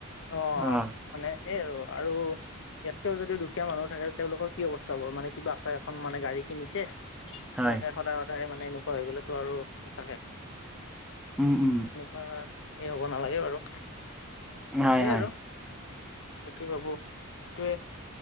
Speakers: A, on the left; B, in the centre.
A: অ
B: উম
A: মানে সেইয় আৰু। আৰু ইয়াতকেও যদি দুখীয়া মানুহ থাকে তেওঁলোকৰ কি অৱস্থা হব মানে কিবা এক এখন মানে গাড়ী কিনিছে। এনেকে
B: হয়
A: সদায়-সদায় মানে এনেকুৱা হৈ গলে তো আৰু সঁচাকে
B: উম উম
A: বা এই হ'ব নালাগে বাৰু
B: হয়
A: এই
B: হয়
A: আৰু বাকী ভাবোঁ এটোৱে।